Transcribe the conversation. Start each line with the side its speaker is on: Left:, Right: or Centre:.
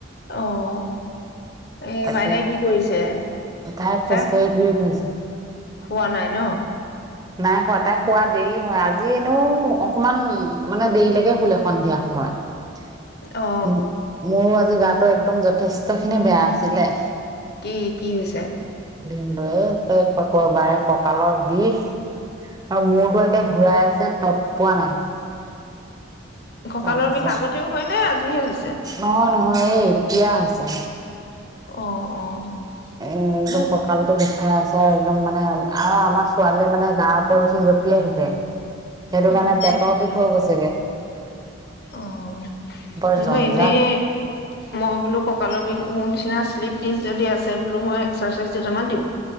Left: অ' এই
Right: তাকে।
Left: মাইনাই কি কৰিছে?
Right: তাই
Left: তাক
Right: খোজ কাঢ়ি ঘূৰি ফুৰিছে।
Left: খোৱা নাই ন?
Right: নাই শুৱা। তাই শুৱা দেৰি হয়, আজি এনেও অকমান, মানে দেৰিলৈকে শুলে সন্ধিয়া সময়ত।
Left: অ'
Right: উ, মোৰো আজি গাত তই একদম যথেষ্ট খিনি বেয়া আছিলে।
Left: কি? কি হৈছে?
Right: ভিনদেওৱে একে কৰ, বাৰে কঁকালৰ বিষ! আৰু মূৰটো একে ঘূৰাই আছে, তত পোৱা নাই।
Left: কঁকালৰ
Right: তাৰপিছত
Left: বিষ আগতেও হয় নে, আজিহে হৈ
Right: নহয়, নহয়। এই, এতিয়া হৈছে।
Left: অ, অ'।
Right: এ-একদম
Left: ন
Right: কঁকালটো বিষ হা, ছাৰ একদম মানে, আৰু আমাৰ ছোৱালীয়ে মানে গাৰ ওপৰত উঠি জপিয়াই থাকে। সেইটো
Left: অ'
Right: কাৰণে পেটৰ
Left: সেইটো কাৰণে
Right: বিষ হৈ গৈছেগে।
Left: অ'
Right: বাৰ
Left: নহয়
Right: জঞ্জাল।
Left: এনেই মই বোলো কঁকালৰ বিষ, মোৰ নিচিনা শ্লিপ দিছ যদি আছে বোলো, মই এক্সাৰচাইজ দুটামান দিওঁ।